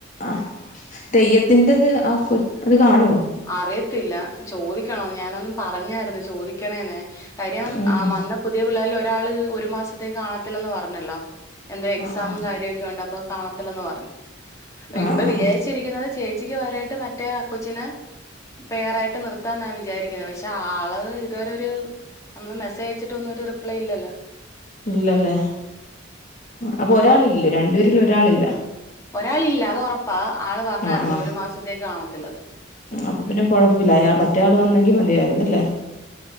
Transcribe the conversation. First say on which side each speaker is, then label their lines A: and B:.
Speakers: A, on the left; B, on the left.
A: ആ തെയ്യത്തിന്റത് ആ കൊ അത് കാണുവോ
B: അറിയത്തില്ല ചോദിക്കണോ ഞാനൊന്നും പറഞ്ഞായിരുന്നു ചോദിക്കണേന്നെ കാര്യം
A: ഉം ഉം
B: വന്ന പുതിയ പിള്ളേരിൽ ഒരാ ഒരാള് ഒരു മാസത്തേക്ക് കാണത്തില്ലന്ന് പറഞ്ഞല്ലോ എന്റെ എക്സാമും
A: ആഹ് ആഹ്
B: കാര്യയൊക്കെ ഉണ്ട് അപ്പോ കാണത്തില്ലന്നു പറ വിപ്പൊ
A: ആഹ് ആഹ്
B: വിയാരിച്ചിരിക്ക്ന്നത്
A: ആഹ്
B: ചേ ഉച്ചയ്ക്ക് വരായിട്ട് മറ്റേ ആ കൊച്ചിന് പെയറായിട്ട് നിർത്താന്നാ വിചാരിക്ക്ന്നെ പക്ഷെ ആള് ഇതുവരെ ഒരു നമ്മള് മെസ്സേജ് അയച്ചിട്ടൊന്നും ഒരു റിപ്ലൈയില്ലല്ലോ
A: ഇല്ലല്ലെ അപ്പൊ ഒരാളില്ലേ രണ്ടുപേരിൽ ഒരാളില്ല
B: ഒരാളില്ല അത് ഒറപ്പാ ആള് പറ്ണായിരുന്നു
A: ആഹ് ആഹ്
B: ഒരു മാസത്തേക്ക് കാണ ത്തില്ലന്ന്
A: അപ്പൊ പിന്നെ കൊഴപ്പയില്ല അയാൾ മറ്റേയാൾ വന്നെങ്കി മതിയായിരുന്ന് ഇല്ലെ